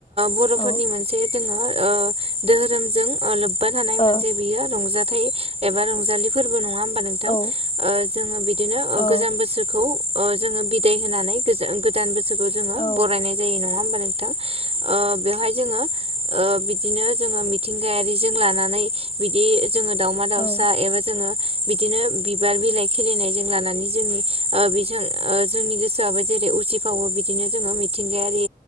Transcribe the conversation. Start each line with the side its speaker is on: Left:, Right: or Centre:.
Right: बर'फोरनि
Left: औ
Right: मोनसे जोङो दोहोरोमजों लोब्बा थानाय
Left: औ
Right: मोनसे बियो रंजाथाइ एबा रंजालि फोरबो नङा हमबा नोंथां
Left: औ
Right: जोङो बिदिनो
Left: औ
Right: गोजाम बोसोर जोङो बिदाय होनानै गोदान बोसोरखौ जोङो
Left: औ
Right: बरायनाय जायो नङा हमबा नोंथां बेवहाय जोङो बिदिनो जोङो मिथिंगायारिजों लानानै बिदि जोङो दावमा दावसा
Left: औ
Right: एबा जोङो बिदिनो बिबार बिलाइ खिलिनायजों लानानै जोंनि बिजों जोंनि गोसोआबो जेरै उसि फावो बिदिनो जोङो मिथिंगायारि